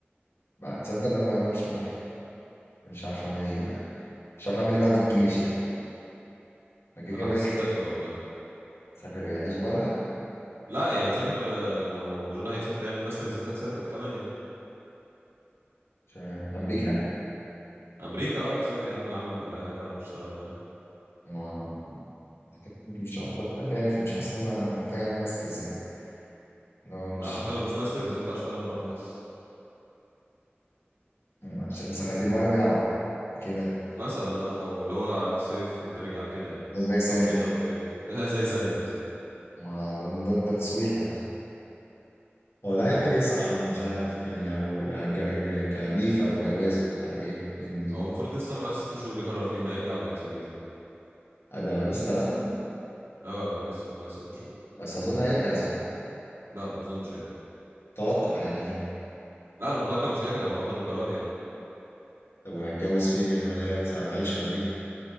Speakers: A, on the left; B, on the right.
A: بعد تصدق ان انا بقى مش عارف مش عارف اعمل ايه يعني مش عارف اعمل ايه بعد الجيش يعني أنا كده
B: انا
A: كده
B: حاسس
A: داخل
B: تسافر والله
A: اسافر إيه؟ اعيش بره
B: لا يعني تسافر آه، لو جون هيسافر يعمل ماسترز سافر انت كمان يعني
A: عشان امريكا
B: امريكا آه، سافر يا عم لعمك ولا اي حاجه اقعد اشتغل معاه
A: و- مش عارف حاجة يعني فمش حاسس ان انا محتاج اعمل ماسترز يعني لو مش
B: حتى لو مش ماسترز يطلع اشتغل بره حاسس
A: عشان سنتين وارجع ولا كده
B: مثلا آه، او اللي هو صيف وترجع كده يعني
A: ده زي سامر
B: او شتاء وترجع <laughs> زي سامر بالظبط
A: ما ده ده, ده تسويحة ده هو ده
B: مم.
A: هيعمل ايه صح انا مش عارف يعني او ج- ج- كليفة وجواز وبتاع ايه ايه النظام
B: هو المفروض لسه معاه ست شهور يقرر فيهم هيرجع ولا يكسر فيزا
A: آه، ده لسه اصلا
B: اه آه، لسه معاه ست شهور
A: بس اظن هيرجع صح
B: لا ما اظنش هيرجع
A: توقع يعني ايه
B: لا انا متوقع مش هيرجع هو واخد القرار يعني
A: طب هيتجوز فين يعني ولا هي هتس- هتعيش في امريكا